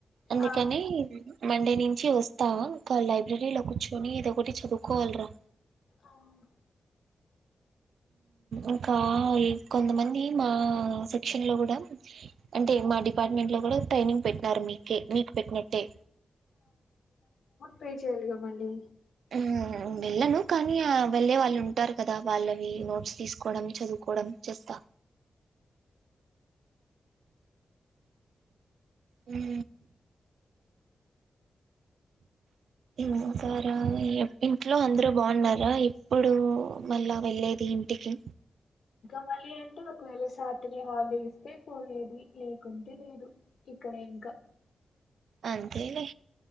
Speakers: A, on the right; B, on the left.
A: అందుకని
B: ఆ
A: మండే నుంచి వస్తా ఇంకా లైబ్రరీలో కూర్చొని ఇదొ ఒకటి చదువుకోవాలిరా
B: అవును
A: ఇంకా కొంతమంది మా సెక్షన్ లో కూడ అంటే మా డిపార్ట్మెంట్ లో కూడ ట్రైనింగ్ పెట్టినారు మీకే మీకు పెట్టినట్టే
B: <unintelligible> చేయ్యాలిగా మళ్ళీ
A: ఆ వెళ్ళను కానీ వెల్లే వాళ్ళు ఉంటారు కదా వాళ్ళవి నోట్స్ తీసుకోవడం చదువుకోవడం చేస్త ఉ <unintelligible> ఇంట్లో అందరు బాగున్నారా ఎప్పుడు మళ్ళా వెళ్లేేది టికి
B: కావాలి అంటే ఒకవేళ సటర్డే హాలిడే ఇస్తే పోయేది లేకుంటే లేదు ఇక్కడే ఇంకా
A: అంతేలే